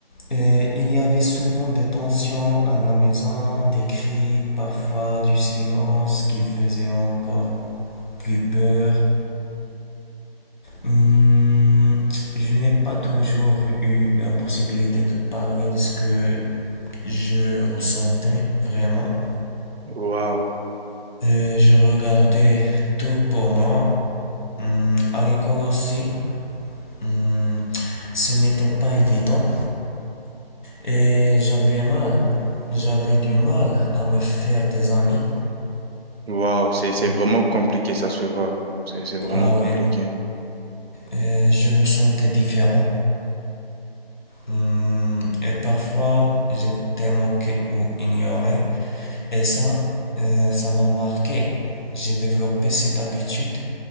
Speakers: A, on the left (about 50°); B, on the right (about 80°).
A: Et il y avait souvent des tensions à la maison, des cris, parfois du silence qui faisait encore plus peur. Hum, je n'ai pas toujours eu la possibilité de parler de ce que je ressentais vraiment.
B: Waouh.
A: Euh, je regardais tout pour moi. Hum, à l'école aussi, hum, ce n'était pas évident et j'avais mal. J'avais du mal à me faire des amis.
B: Waouh, c'est, c'est
A: Hum,
B: vraiment compliqué, ça se voit. C'est, c'est vraiment
A: Ah
B: compliqué.
A: oui, Euh, je me sentais différent. Hum, et parfois, j'étais moqué ou ignoré. Et ça, euh, ça m'a marqué. J'ai développé cette habitude